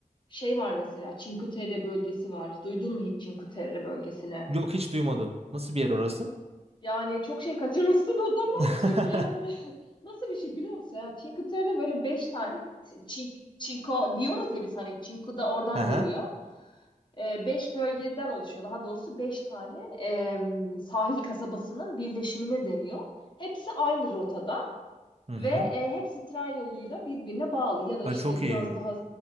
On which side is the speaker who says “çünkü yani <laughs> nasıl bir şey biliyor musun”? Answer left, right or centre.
Left